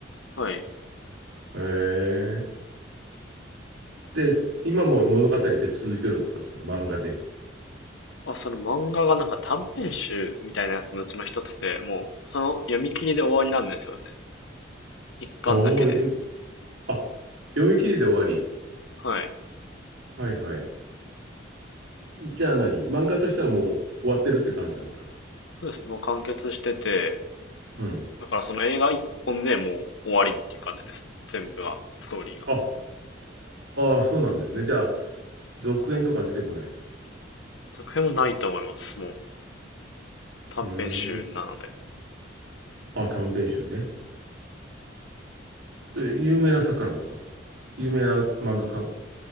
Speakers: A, on the left; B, on the right.
A: あ、はい。
B: ええ。で、今も物語って続いてるんですかその漫画では。
A: まあ、その漫画がなんか短編集みたいなやつのうちの一つで、もう、その読み切りで終わりなんですよね。一巻だけで。
B: おー、えあ、読み切りで終わり。
A: はい。
B: はいはい。じゃあ何漫画としてはもう終わってるって感じなんですか
A: そうですね。もう完結してて、
B: うん。
A: だからその映画一本でもう終わりっていう感じですね。全部が、ストーリーが。
B: あ、ああ、そうなんですね。じゃあ、続編とか出てこない。
A: 続編もないと思います。もう短編集なので。
B: うーん。あ、短編集ね。え、有名な作家なんですか有名な漫画家